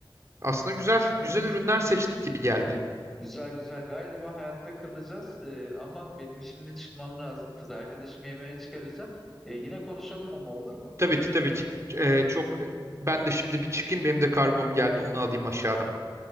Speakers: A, on the right (about 35°); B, in the centre.
A: Aslında güzel güzel
B: Evet.
A: ürünler seçtik gibi geldi.
B: Güzel güzel. Galiba hayatta kalacağız. E, ama benim şimdi çıkmam lazım. Kız arkadaşımı yemeğe çıkaracağım. E, yine konuşalım ama olur mu?
A: Tabii ki tabii ki. Ee, çok ben de şimdi bir çıkayım benim de kargom geldi onu alayım aşağıdan.